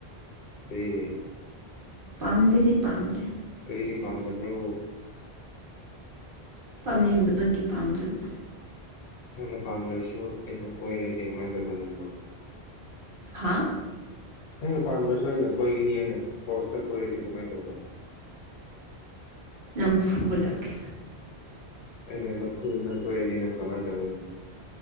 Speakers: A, on the left; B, on the right.
A: ꯀꯩꯒꯤ
B: ꯄꯗꯦꯗꯤ ꯄꯥꯝꯗꯦ꯫
A: ꯀꯔꯤꯒꯤ ꯄꯥꯝꯗꯕ꯭ꯔꯣ
B: ꯄꯥꯝꯅꯤꯡꯗꯕꯒꯤ ꯄꯥꯝꯗꯕ꯫
A: ꯅꯪꯅ ꯄꯥꯝꯗ꯭ꯔꯁꯨ ꯑꯩꯅ ꯀꯣꯏꯔꯗꯤ ꯀꯃꯥꯏꯅ ꯇꯧꯕ ꯅꯪꯕꯣ꯫
B: ꯍꯥꯥ
A: ꯅꯪꯅ ꯄꯥꯝꯗ꯭ꯔꯁꯨ ꯑꯩꯅ ꯀꯣꯏꯒꯅꯤ ꯍꯥꯏꯅ ꯐꯣꯔꯁꯇ ꯀꯣꯏꯔꯨꯗꯤ ꯀꯃꯥꯏꯅ ꯇꯧꯕ
B: ꯅꯪ ꯐꯨꯕ ꯂꯥꯛꯀꯦ꯫
A: ꯑꯩꯅ ꯅꯝꯐꯨꯗ ꯅꯪ ꯀꯣꯏꯔꯗꯤ ꯅꯪ ꯀꯃꯥꯏꯅ ꯇꯧꯅꯤ꯫